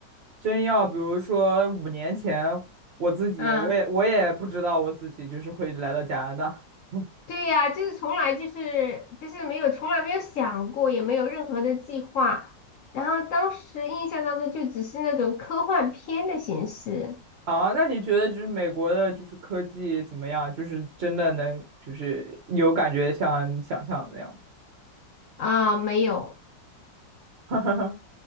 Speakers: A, on the right; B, on the left.
A: 真要比如说五年前，我自己我也我也不知道我自己就是会来到加拿大。
B: <laughs> 啊，
A: <laughs>
B: 对呀，就是从来就是就是没有从来没有想过，也没有任何的计划。然后当时印象当中就只是那种科幻片的形式
A: 啊，那你觉得就是美国的就是科技怎么样？就是真的能就是有感觉像你想象的那样
B: 啊，没有。
A: 吗？